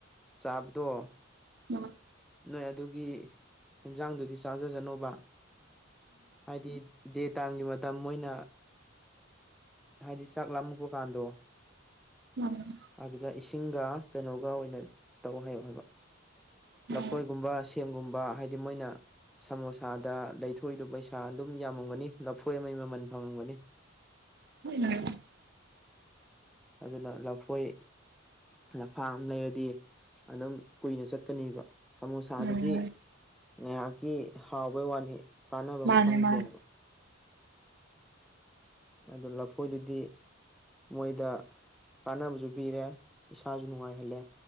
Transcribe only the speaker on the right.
ꯎꯝ
ꯎꯝ
ꯎꯝ
<unintelligible>
ꯎꯝ
ꯃꯥꯅꯦ
ꯃꯥꯅꯦ